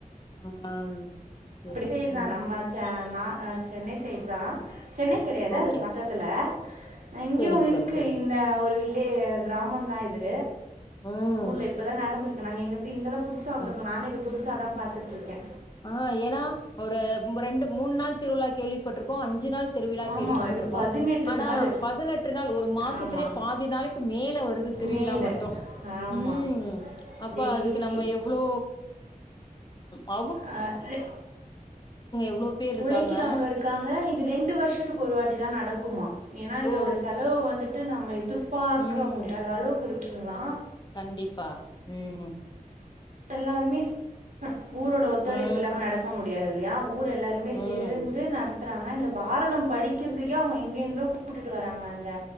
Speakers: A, on the left; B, on the right.
A: ஆ சேரி
B: இப்டி சைடுதா
A: ம்
B: நம்ம சா நா ஆ சென்னை சைடுதா சென்னை கெடையாது
A: ஓகே
B: அதுக்கு பக்கத்துல
A: ஓகே
B: ஆ இங்கயு
A: சேரிங்க
B: இருக்கு
A: தோழி சேரிங்க
B: இந்த ஒரு வில்லே கிராமம்தா இது
A: ம்
B: ஊர்ல இப்பதா நடந்திருக்குன்னாங்க இங்க இங்கதா புதுசா வந்திருக்கோ
A: வர
B: நானு இது புதுசு அதா பாத்துட்ருக்கே.
A: ஆ ஏன்னா ஒரு ம் ரெண்டு மூணு நாள் திருவிழா கேள்விப் பட்ருக்கோ அஞ்சு நாள் திருவிழா
B: ஆமாம்
A: கேள்விப்பட்ருக்கோ.
B: இது பதினெட்டு
A: ஆனா
B: நாள்
A: பதினெட்டு நாள் ஒரு மாசத்துலயே
B: ஆமாம்
A: பாதி நாளைக்கு மேல வருது திருவிழா
B: மேலே
A: மட்டு
B: ஆமாம்
A: ம் அப்ப
B: டெய்லி
A: அதுக்கு நம்ம எவ்ளோ ஆமா
B: ஆ ரெ
A: எவ்ளோ பேர் இருக்காங்க
B: உழைக்கிறவங்க இருக்காங்க இது ரெண்டு வருஷத்துக்கு ஒருவாட்டிதா நடக்குமா. ஏன்னா இதோட
A: ஓ
B: செலவு வந்து ட்டு நம்ம எதிர் பார்க்க
A: ம்
B: முடியாத அளவுக்கு இருக் குங்களா
A: கண்டிப்பா ம்
B: எல்லாருமே க்அ ஊரோட ஒத்துழைப்பு
A: ம்
B: இல்லாம நடக்க முடியாது ல்லியா ஊ எல்லாருமே சேர்ந்து
A: ம்
B: நடத்த த்ராங்க இந்த பாரதம் படிக்கிறதுக்கே அவங்க எங்கருந்தோ கூட்டுட்டு வராங்க இந்த